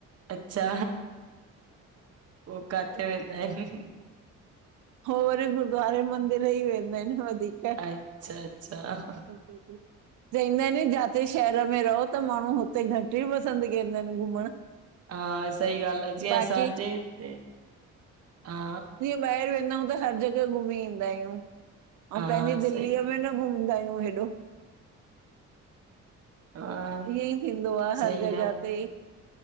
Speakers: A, on the right; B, on the right.
A: अच्छा उ काथे वेंदा आहिनि।
B: हो वरी गुद्वारे मंदिर ई वेंदा आहिनि वधीक।
A: अच्छा, अच्छा।
B: <unintelligible> चइन्दा आहिन जाते शहर में रहो त माण्हू हुते घटि ई पसंदि कंदा आहिनि घुमण।
A: हा सही ॻाल्हि आहे, जीअं
B: बाक़ी
A: असांजे हिते हा
B: बाएर वेन्दा अायु त हर ॼॻय घुमी ईंदा आहियूं
A: हा
B: पंहिंजी दिल्लीअ
A: सही आहे
B: में न घुमदा आयूं हेॾो।
A: हा
B: ईअं ई थींदो आहे
A: सही
B: हर जगह
A: आ।
B: ते